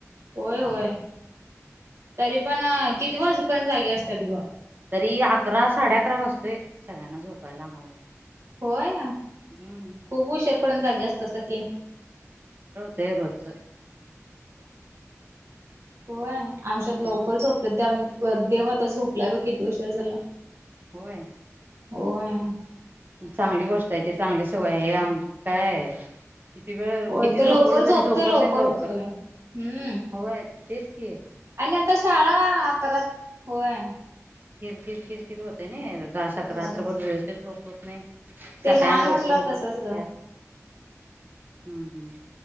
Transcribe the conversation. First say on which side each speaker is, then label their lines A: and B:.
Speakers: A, on the right; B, on the right.
A: होय होय तरी पण किती वाजेपर्यंत जागे असतात ग
B: तरी अकरा साडे अकरा वाजतोय सगळ्यांना झोपायला आम्हाला
A: होय ना
B: हम्म
A: खूप उशीर करर्यून जागे असत सखी
B: तेरच
A: होय आमच्यात लवकरच
B: हम्म.
A: होत ते देवातच झोपलाय ब किती उषय झाला
B: होय
A: हो आहे
B: चांगली गोष्ट आहे ते चांगली सवय हे आम काय आहे किती वेळ
A: होय
B: किती
A: तो
B: झोपवलं
A: लवकर झोपतोय
B: तरी झोपत नाहीत लवकर
A: उठतोय हम्म
B: होय तेच कि आहे
A: आणि आता शाळा अ करत होय
B: किरकिर किरकिर होते ना स
A: हो
B: रात्रभर वेळते झोप होत नाही.
A: ते
B: सकाळी
A: लहान
B: लवकर
A: म्हटलं
B: उठून
A: तसच
B: त्यात
A: ग
B: हम्म हम्म-